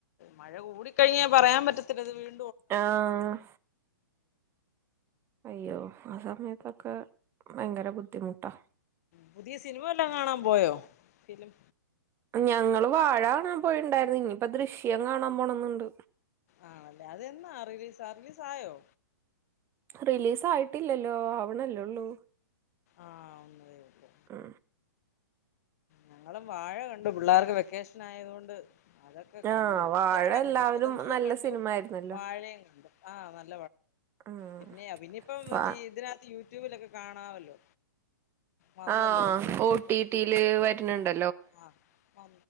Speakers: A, on the left; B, on the right.
A: മഴ കൂടിക്കഴിഞ്ഞാൽ പറയാൻ പറ്റത്തി <unintelligible>
B: ആഹ് അയ്യോ ആ സമയത്തൊക്കെ ഭയങ്കര ബുദ്ധിമുട്ടാ.
A: പുതിയ സിനിമ വല്ലോം കാണാൻ പോയോ ഫിലിം.
B: ഞങ്ങള് വാഴ കാണാൻ പോയിണ്ടായിരുന്നു ഇനിയിപ്പ ദൃശ്യം കാണാൻ പോണന്ന്ണ്ട്.
A: ആ അല്ലെ അതന്താ എന്നാ റിലീസാ റിലീസ് ആയോ
B: റിലീസ് ആയിട്ടില്ലല്ലോ ആ വ്ണല്ലോ. ള്ളൂ
A: ആഹ് ഒന്നതേ ഉള്ളൂ
B: ആ
A: ഞങ്ങളും വാഴ കണ്ടു പിള്ളേർക്ക് വെക്കേഷൻ ആയതോണ്ട്. അതൊക്കെ കണ്ടു
B: ആഹ് വാഴ
A: രണ്ട് പടം
B: എല്ലാവരും
A: കണ്ടു ദുരന്തവും
B: നല്ല
A: കണ്ടു
B: സിനിമ ആയിരുന്നല്ലോ
A: വാഴയും കണ്ടു ആ നല്ല.
B: ഉം
A: പിന്നെ ഇനിയിപ്പം
B: വാ
A: മറ്റ ഇതിനകത്ത് യൂട്യൂബിലൊക്കെ കാണാമല്ലോ. വന്നല്ലോ
B: ആ
A: ഒ ടി ടിയിലൊക്കെ
B: ഓട്ടിട്ടീയില്
A: വന്നു
B: വരണണ്ട്
A: ആ ആ